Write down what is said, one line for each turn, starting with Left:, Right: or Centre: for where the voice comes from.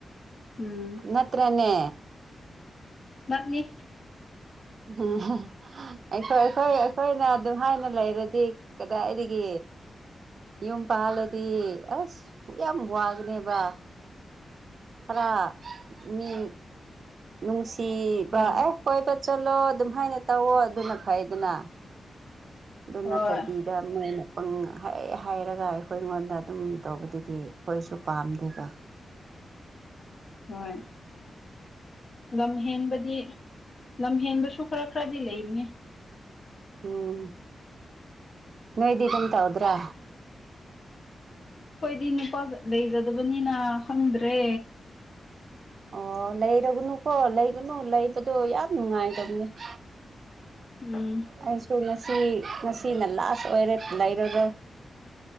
Left: ꯎꯝ
Right: ꯅꯠꯇ꯭ꯔꯅꯦ
Left: ꯃꯞꯅꯤ
Right: ꯎꯝ ꯑꯩꯈꯣꯏ ꯑꯩꯈꯣꯏ ꯑꯩꯈꯣꯏꯅ ꯑꯗꯨꯝ ꯍꯥꯏꯅ ꯂꯩꯔꯗꯤ ꯀꯩꯗꯥ ꯑꯩꯒꯦ ꯌꯨꯝ ꯄꯥꯜꯂꯗꯤ ꯑꯁ ꯌꯥꯝ ꯋꯥꯒꯅꯦꯕ ꯈꯔ ꯃꯤ ꯅꯨꯡꯁꯤ ꯁꯤꯤꯕ
Left: ꯎꯝ
Right: ꯑꯦ ꯀꯣꯏꯕ ꯆꯠꯂꯣ ꯑꯗꯨꯝ ꯍꯥꯏꯥꯏꯅ ꯇꯧꯋꯣ ꯑꯗꯨꯅ ꯐꯩꯗꯨꯅ ꯑꯗꯨꯅ
Left: ꯍꯣꯏ
Right: ꯇꯕꯤꯗꯅ ꯄꯪ ꯍ ꯍꯥꯏꯔꯒ ꯑꯩꯈꯣꯏ ꯑꯩꯉꯣꯟꯗ ꯑꯗꯨꯝ ꯇꯧꯕꯗꯨꯗꯤ ꯑꯩꯈꯣꯏꯁꯨ ꯄꯥꯝꯗꯦꯕ ꯑ
Left: ꯍꯣꯏ ꯂꯝ ꯍꯦꯟꯕꯗꯤ ꯂꯝ ꯍꯦꯟꯕꯁꯨ ꯈꯔ ꯈꯔꯗꯤ ꯂꯩꯅꯦ
Right: ꯎꯝ ꯅꯣꯏꯣꯏꯗꯗꯇ ꯍꯗ꯭ꯔꯥ
Left: ꯍꯣꯏꯗꯤ ꯅꯨꯄꯥ ꯂꯩꯖꯗꯕꯅꯤꯅ ꯈꯪꯗ꯭ꯔꯦ
Right: ꯑꯣ ꯂꯩꯔꯒꯅꯨꯀꯣ ꯂꯩꯒꯅꯨ ꯂꯩꯕꯗꯣ ꯌꯥꯝ ꯅꯨꯡꯉꯥꯏꯗꯕꯅꯦ <inaudible>
Left: ꯎꯝ
Right: ꯑꯩꯁꯨ ꯉꯁꯤ ꯉꯁꯤꯅ ꯂꯥꯁ ꯑꯣꯏꯔꯦ ꯂꯩꯔꯔꯣꯏ